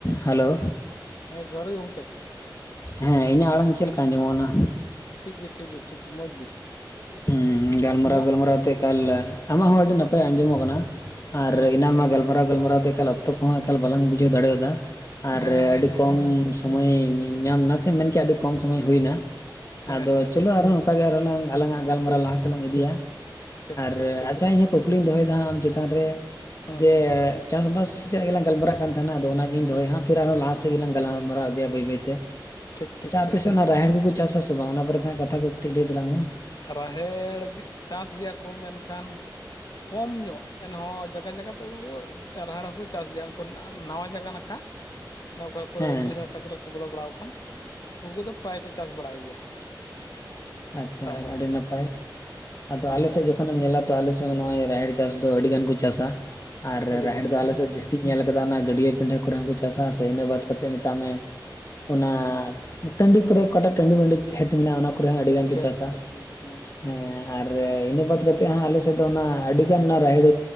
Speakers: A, on the left; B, on the left.
A: Hello
B: ᱦᱚᱭ ᱡᱚᱦᱟᱨ ᱜᱮ ᱜᱚᱝᱠᱮ᱾
A: ᱦᱮᱸ ᱤᱧᱟᱹᱜ ᱟᱲᱟᱝ ᱪᱮᱫ ᱞᱮᱠᱟ ᱟᱸᱡᱚᱢᱚᱜ ᱠᱟᱱᱟ?
B: ᱴᱷᱤᱠ ᱜᱮ ᱴᱷᱤᱠ ᱜᱮ ᱴᱷᱤᱠ ᱜᱮ ᱢᱚᱡᱽ ᱜᱮ᱾
A: ᱦᱮᱸ ᱜᱟᱞᱢᱟᱨᱟᱣ
B: ᱤᱧᱟᱹᱜ
A: ᱜᱟᱞᱢᱟᱨᱟᱣ ᱛᱮ ᱮᱠᱟᱞ ᱟᱢᱟᱜ ᱦᱚᱸ ᱟᱹᱰᱤ ᱱᱟᱯᱟᱭ ᱟᱸᱡᱚᱢᱚᱜ ᱠᱟᱱᱟ, ᱟᱨ
B: ᱦᱮᱸ
A: ᱮᱱᱟᱱᱢᱟ ᱜᱟᱞᱢᱟᱨᱟᱣ ᱜᱟᱞᱢᱟᱨᱟᱣ ᱛᱮ ᱮᱠᱟᱞ ᱚᱠᱛᱚ ᱠᱚᱦᱚᱸ ᱮᱠᱟᱞ ᱵᱟᱞᱟᱝ ᱵᱩᱡᱷᱟᱹᱣ ᱫᱟᱲᱮᱭᱟᱫᱟ᱾ ᱟᱨ
B: ᱦᱮᱸ ᱦᱮᱸ
A: ᱟᱹᱰᱤ
B: ᱦᱮᱸ
A: ᱠᱚᱢ,
B: ᱦᱮᱸ
A: ᱥᱹᱛᱚᱢᱚᱭ ᱧᱟᱢ ᱱᱟ ᱥᱮ ᱢᱮᱱᱠᱮ ᱟᱹᱰᱤ ᱠᱚᱢ ᱥᱚᱢᱚᱭ ᱦᱩᱭ ᱮᱱᱟ
B: ᱦᱮᱸ
A: ᱟᱫᱚ
B: ᱦᱮᱸ ᱦᱮᱸ
A: ᱪᱚᱞᱚ ᱟᱨᱚ ᱚᱱᱠᱟ ᱜᱮ ᱟᱨᱦᱚᱸ ᱞᱟᱝ ᱟᱞᱟᱝᱟᱜ ᱜᱟᱞᱢᱟᱨᱟᱣ
B: ᱴᱷᱤᱠ
A: ᱞᱟᱦᱟ ᱥᱮᱫ ᱞᱟᱝ ᱤᱫᱤᱭᱟ
B: ᱴᱷᱤᱠ
A: ᱟᱨ
B: ᱴᱷᱤᱠ ᱴᱷᱤᱠ
A: ᱟᱪᱷᱟ
B: ᱴᱷᱤᱠ
A: ᱤᱧ ᱦᱚᱸ...... ᱠᱩᱠᱞᱤᱧ ᱫᱚᱦᱚᱭᱮᱫᱟ ᱟᱢ ᱪᱮᱛᱟᱱ ᱨᱮ
B: ᱦᱩᱸ
A: ᱡᱮ ᱪᱟᱥ-ᱵᱟᱥ ᱨᱮᱭᱟᱜ ᱜᱮᱞᱟᱝ ᱜᱟᱞᱢᱟᱨᱟᱜ ᱠᱟᱱ ᱛᱟᱦᱮᱱᱟ ᱟᱫᱚ ᱚᱱᱟᱜᱤᱧ ᱫᱚᱦᱚᱭᱟ
B: ᱦᱩᱸ
A: ᱦᱟᱸᱜ ᱯᱷᱤᱨ ᱟᱨᱚ ᱞᱟᱦᱟ ᱥᱮᱜ ᱜᱮᱞᱟᱝ ᱜᱟᱞᱢᱟᱨᱟᱣ ᱤᱫᱤᱭᱟ ᱵᱟᱹᱭ ᱵᱟᱹᱭ ᱛᱮ
B: ᱴᱷᱤᱠ ᱴᱷᱤᱠ
A: ᱟᱪᱷᱟ ᱟᱯᱮᱥᱮᱫ
B: ᱴᱷᱤᱠ ᱴᱷᱤᱠ
A: ᱚᱱᱟ ᱨᱟᱦᱮᱲ ᱠᱚᱠᱚ ᱪᱟᱥ-ᱟ ᱥᱮ ᱵᱟᱝ ᱚᱱᱟ ᱠᱚᱨᱮ ᱱᱟᱜ ᱠᱟᱛᱷᱟ ᱠᱚ ᱠᱟᱹᱴᱤᱡ ᱞᱟᱹᱭ ᱛᱟᱞᱟᱝ ᱢᱮ
B: ᱨᱟᱦᱮᱲ ᱜᱤ.. ᱪᱟᱥ ᱜᱤᱭᱟ ᱠᱚ ᱢᱮᱱ ᱠᱷᱟᱱ ᱠᱚᱢ ᱧᱚᱜ, ᱮᱱᱦᱚᱸ ᱡᱟᱜᱟ ᱡᱟᱭᱜᱟ ᱛᱮᱜᱮ ᱠᱚ ᱨᱟᱦᱮᱲ ᱦᱚᱸᱠᱚ ᱪᱟᱥ ᱜᱮᱭᱟ ᱩᱱᱠᱩᱱᱟᱜ ᱱᱷᱟᱶᱟ ᱡᱟᱭᱜᱟ ᱱᱟᱠᱷᱟ ᱚᱱᱮ ᱚᱠᱟ ᱠᱚᱨᱮ
A: ᱦᱮᱸ
B: ᱵᱤᱨ ᱦᱟᱥᱟ ᱠᱚᱨᱮ ᱠᱚ ᱵᱚᱞᱚ ᱵᱟᱲᱟ ᱣᱟᱠᱟᱱ ᱩᱱᱠᱩ ᱫᱚ ᱯᱨᱟᱭ ᱠᱚ ᱪᱟᱥ ᱵᱟᱲᱟᱭ ᱜᱮᱭᱟ
A: ᱟᱪᱷᱟ
B: ᱨᱟᱦᱮᱲ ᱦᱚᱸ
A: ᱟᱹᱰᱤ ᱱᱟᱯᱟᱭ ᱟᱫᱚ
B: ᱚᱱᱠᱟ
A: ᱟᱞᱮ ᱥᱡ ᱡᱚᱠᱷ... ᱠᱷᱚᱱᱮᱢ ᱧᱮᱞᱟ ᱛᱚ ᱟᱞᱮᱥᱮᱫ ᱱᱚᱜ-ᱚᱭ ᱨᱟᱦᱮᱲ ᱪᱟᱥ ᱫᱚ ᱟᱹᱰᱤ ᱜᱟᱱ ᱠᱚ ᱪᱟᱥ-ᱟ ᱟᱨ
B: ᱟᱹᱰᱤ
A: ᱨᱟᱦᱮᱲ
B: ᱜᱟᱱ
A: ᱫᱚ
B: ᱜᱮ
A: ᱟᱞᱮ
B: ᱵᱟᱝ
A: ᱥᱮᱫ ᱫᱚ ᱡᱟᱹᱥᱛᱤ ᱤᱧ ᱧᱮᱞ ᱠᱟᱫᱟ ᱚᱱᱟ ᱜᱟᱹᱰᱭᱟᱹ ᱯᱤᱰᱟᱹ ᱠᱚᱨᱮ ᱦᱚᱸ ᱠᱚ ᱪᱟᱥᱟ ᱥᱮ ᱤᱱᱟᱹ ᱵᱟᱫᱽ ᱠᱟᱛᱮᱫ ᱢᱮᱛᱟᱜ ᱢᱮ ᱚᱱᱟ ᱴᱟᱺᱰᱤ ᱠᱚᱨᱮ ᱚᱠᱟᱴᱟᱜ ᱴᱟᱺᱰᱤ ᱢᱟᱹᱺᱰᱤ ᱠᱷᱮᱛ ᱢᱮᱱᱟᱜᱼᱟ ᱚᱱᱟ ᱠᱚᱨᱮ ᱦᱚᱸ ᱟᱹᱰᱤᱜᱟᱱ
B: ᱠᱷᱮᱛ
A: ᱠᱚ ᱪᱟᱥᱟ᱾
B: ᱠᱷᱮᱛ ᱦᱮᱸ ᱦᱮᱸ
A: ᱦᱮᱸ ᱟᱨ ᱤᱱᱟᱹ ᱵᱟᱫᱽ ᱠᱟᱛᱮ ᱦᱟᱸᱜ ᱟᱞᱮᱥᱮᱫ ᱫᱚ ᱚᱱᱟ ᱟᱹᱰᱤ ᱜᱟᱱ ᱚᱱᱟ ᱨᱟᱦᱮᱲ